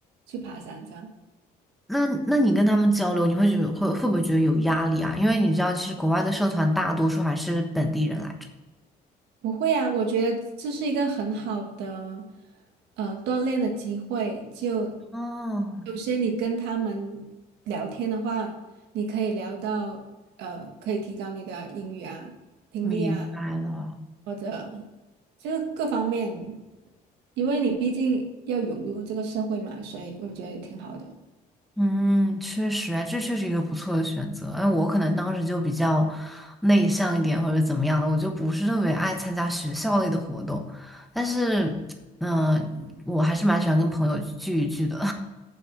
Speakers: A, on the right (about 85°); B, in the centre.
A: 去爬山这样。
B: 那那你跟他们交流，你会觉得会会不会觉得有压力啊？因为你知道，其实国外的社团大多数还是本地人来着。
A: 不会啊，我觉得这是一个很好的呃锻炼的机会。就
B: 哦，
A: 有些你跟他们聊天的话，你可以聊到呃，可以提高你的英语啊、听力啊，
B: 明白了，
A: 或者就是各方面，因为你毕竟要融入这个社会嘛，所以我觉得也挺好的。
B: 嗯，确实，啊，这确实一个不错的选择。哎，我可能当时就比较内向一点，或者怎么样的，我就不是特别爱参加学校类的活动。但是，嗯、我还是蛮喜欢跟朋友聚一聚的。